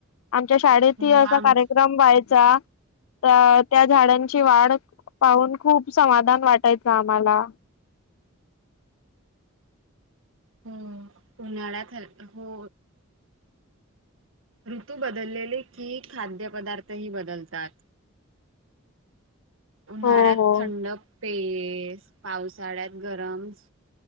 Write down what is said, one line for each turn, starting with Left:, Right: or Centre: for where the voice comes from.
Left: आमच्या शाळेतही
Right: हो
Left: असा
Right: आम
Left: कार्यक्रम व्हायचा अ त्या झाडांची वाढ पाहून खूप समाधान वाटायचं आम्हाला
Right: हो उन्हाळ्यात हो ऋतू बदललेले की खाद्यपदार्थही बदलतात उन्हाळ्यात
Left: हो हो.
Right: थंड पेस पावसाळ्यात गरम